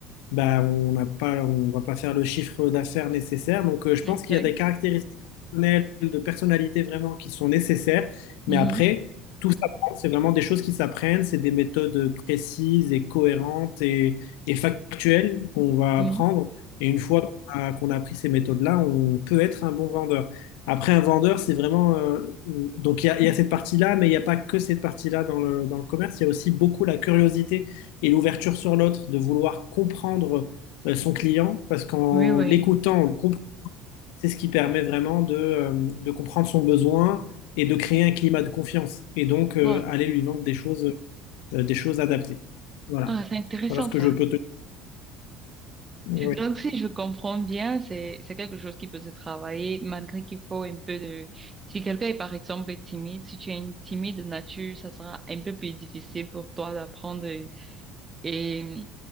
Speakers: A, on the left; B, on the right.
A: bah, on n'a pas, on va pas faire le chiffre d'affaires nécessaire. Donc, euh, je
B: exact,
A: pense qu'il y a des caractéristiques personnelles, de personnalité vraiment qui sont nécessaires.
B: Mhm.
A: Mais après, tout s'apprend. C'est vraiment des choses qui s'apprennent. C'est des méthodes précises et cohérentes et, et factuelles qu'on va
B: oui,
A: apprendre. Et une fois qu'on a, qu'on a appris ces méthodes-là, on peut être un bon vendeur. Après, un vendeur, c'est vraiment... euh, donc, il y a, il y a cette partie-là, mais il n'y a pas que cette partie-là dans le, dans le commerce. Il y a aussi beaucoup la curiosité et l'ouverture sur l'autre, de vouloir comprendre euh, son client, parce qu'en
B: oui, oui.
A: l'écoutant, on le comprend. C'est ce qui permet vraiment de, euh, de comprendre son besoin et de créer un climat de confiance. Et donc, euh,
B: Wow.
A: aller lui vendre des choses, euh, des choses adaptées. Voilà.
B: Ah, c'est intéressant
A: Voilà ce que
B: ça.
A: je peux te dire.
B: Donc, si je comprends bien, c'est c'est quelque chose qui peut se travailler malgré qu'il faut un peu de... Si quelqu'un est par exemple timide, si tu es une timide de nature, ça sera un peu plus difficile pour toi d'apprendre et et